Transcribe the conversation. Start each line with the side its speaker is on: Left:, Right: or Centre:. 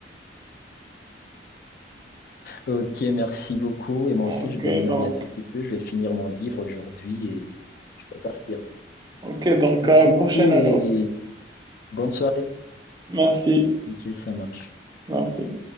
Left: Ok, merci beaucoup. Et moi
Right: Ok,
Left: aussi, je dois m'en
Right: donc,
Left: aller un tout petit peu. Je vais finir mon livre aujourd'hui et je dois partir.
Right: ok, donc
Left: Merci
Right: à la prochaine
Left: beaucoup
Right: alors.
Left: et bonne soirée.
Right: Merci,
Left: Ok, ça marche.
Right: merci.